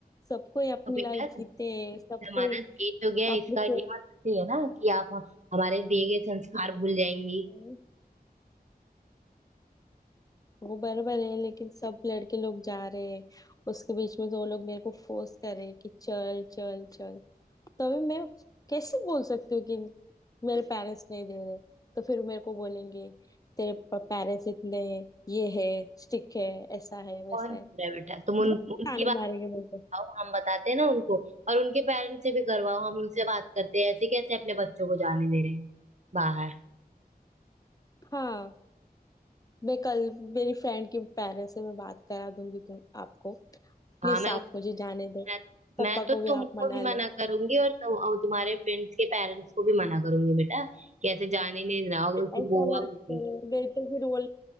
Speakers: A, on the left; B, on the right.
A: सबको ही अपनी
B: तो बेटा
A: लाइफ जीते हैं सबको
B: जमाना
A: ही
B: चेंज हो गया है,
A: अपने
B: इसका
A: से
B: ये मतलब नहीं है ना कि आप हमारे दिए गए संस्कार भूल जाएंगी
A: हम्म, वो बराबर है लेकिन सब लड़के लोग जा रहे हैं उसके बीच में तो वो लोग मेरे को फोर्स कर रहे हैं कि चल चल चल तो अभी मैं कैसे बोल सकती हूँ कि मेरे पेरेंट्स नहीं दे रहे तो फिर मेरे को बोलेंगे तेरे पेरेंट्स इतने ये है स्टिक है ऐसा है वैसा
B: कौन
A: है
B: भूल रहा है बेटा तुम उन
A: बहुत
B: उनकी
A: ताने
B: बात
A: मारेंगे मुझे
B: बताओ हम बताते हैं ना उनको और उनके पेरेंट्स से भी करवाओ हम उनसे बात करते हैं ऐसे कैसे अपने बच्चों को जाने दे रहे हैं बाहर
A: हाँ मैं कल मेरी फ्रेंड के पेरेंट्स से मैं बात करा दूंगी तुम आपको प्लीज
B: हाँ मैं
A: आप मुझे जाने दो
B: मैं
A: पापा
B: मैं तो
A: को भी
B: तुमको
A: आप मना
B: भी मना
A: लो
B: करूंगी और तुम और तुम्हारे फ्रेंड्स के पेरेंट्स को भी मना करूंगी बेटा कि ऐसे जाने नहीं देना और उसको
A: ऐसा
B: गोवा
A: मत
B: होगी
A: करो नहीं तो फिर वो